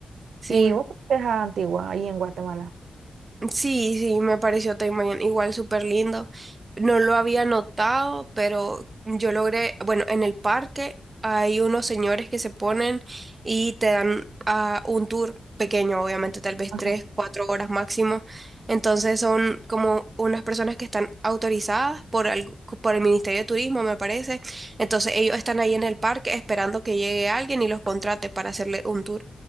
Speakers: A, on the right (about 25°); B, on the right (about 85°).
A: Sí,
B: Y vos, ¿qué es Antigua, ahí en Guatemala?
A: sí, sí, me pareció Taimayan igual súper lindo. No lo había notado, pero yo logré, bueno, en el parque hay unos señores que se ponen y te dan ah, un tour pequeño, obviamente, tal vez
B: Ajá.
A: tres, cuatro horas máximo. Entonces son como unas personas que están autorizadas por el, por el Ministerio de Turismo, me parece. Entonces ellos están ahí en el parque esperando que llegue alguien y los contrate para hacerle un tour.